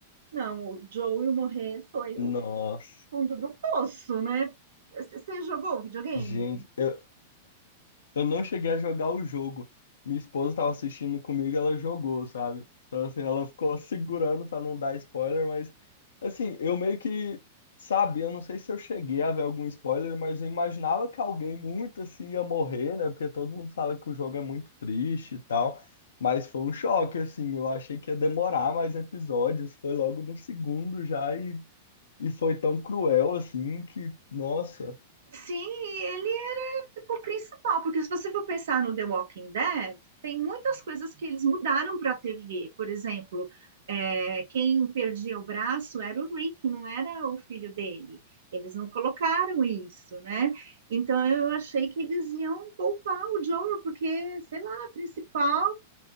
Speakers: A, on the right; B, on the left.
A: não, o Joel morrer foi o
B: Nossa,
A: fundo do poço, né? C- Você jogou videogame?
B: gente, eu, eu não cheguei a jogar o jogo. Minha esposa estava assistindo comigo, ela jogou, sabe? Então, assim, ela ficou segurando para não dar spoiler, mas, assim, eu meio que sabia, eu não sei se eu cheguei a ver algum spoiler, mas eu imaginava que alguém muito assim ia morrer, né? Porque todo mundo fala que o jogo é muito triste e tal. Mas foi um choque, assim, eu achei que ia demorar mais episódios, foi logo no segundo já e, e foi tão cruel, assim, que, nossa.
A: Sim, ele era tipo o principal, porque se você for pensar no The Walking Dead, tem muitas coisas que eles mudaram para a TV. Por exemplo, é, quem perdia o braço era o Rick, não era o filho dele. Eles não colocaram isso, né? Então eu achei que eles iam poupar o Joel, porque, sei lá, a principal